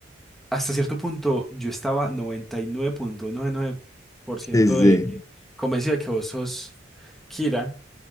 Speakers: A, in the centre; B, on the left (about 15°).
A: hasta cierto punto yo estaba noventa noventa y y nueve nueve punto noventa y nueve por
B: Sí,
A: ciento
B: sí, sí.
A: de convencido de que vos sos Kira